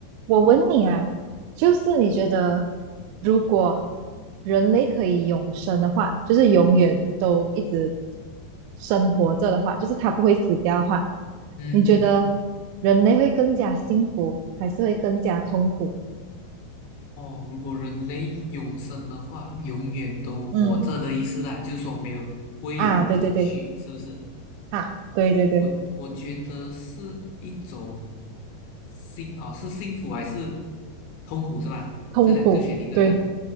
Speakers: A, on the right; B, on the left.
A: 我问你啊，就是你觉得如果人类可以永生的话，就是永远都一直生活着的话，就是它不会死掉的话，
B: 嗯嗯，
A: 你觉得人类会更加幸福，还是会更加痛苦？
B: 哦，如果人类永生的话，永远都活着的意思啦，
A: 嗯，
B: 就是说没有，不会有人离去，
A: 啊，对对对，
B: 是不是？
A: 啊，对对对，
B: 我我觉得是一种幸啊、是幸福还是痛苦是吧？
A: 痛苦，
B: 这两个选一个的
A: 对，